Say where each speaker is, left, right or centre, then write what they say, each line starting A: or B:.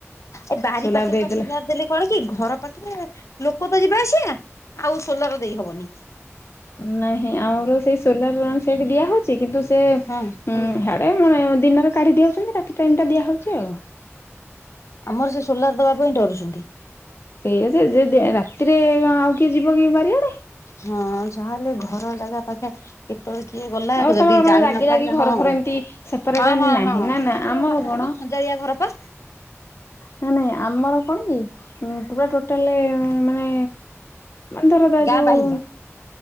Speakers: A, on the left (about 75°); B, on the left (about 55°).
A: ଏ ବାରି
B: ସୋଲାର
A: ପାଖେ ପାଖରେ
B: ଦେଇଦେଲା
A: ବା ସୋଲାର୍ ଦେଲେ କଣ କି ଘର ପାଖରେ ଲୋକ ତ ଯିବା ଆସିବା ଆଉ ସୋଲାର୍ ଦେଇ ହବନି।
B: ନାହିଁ ଆମର ସେଇ ସୋଲାର ରନ୍ ସେଠି ଦିଆ ହଉଚି କିନ୍ତୁ ସେ
A: ହଁ
B: ହା ଏ ଦିନରେ କାଢି଼ ଦିଅନ୍ତିନି ରାତି ଟାଇମ୍ ଟା ଦିଆହଉଚି ଆଉ।
A: ଆମର ସେ ସୋଲାର୍ ଦେବା ପାଇଁ ଡରୁଛନ୍ତି।
B: ସେଇ ସେ ଯେ ରାତିରେ ଆଉ କିଏ ଯିବ କି ବାରିଆଡ଼େ?
A: ହଁ ଯାହାହେଲେ ଘର ଜାଗା ପାଖେ। କେତେବେଳେ କିଏ ଗଲା
B: ଆଉ
A: ଯଦି
B: ତମର ମାନେ
A: ଜାଣିିନ
B: ଲାଗି ଲାଗି
A: ପାରିଲା?
B: ଘର
A: ହଁ
B: ଫର
A: ହଁ
B: ଏମିତି ସେପାରେଟ ଏମିତି
A: ହଁ
B: ନାହିଁ
A: ହଁ।
B: ନା ନା
A: ଆମର ପାଖ
B: କଣ
A: ଚାଳିଆ ଘର ପା।
B: ନା ନାଇଁ ଆମର କଣ କି ପୁରା ଟୋଟାଲେ ମାନେ ଧର ଦ
A: ଗାଁ
B: ଯୋଉ
A: ବାହିଲି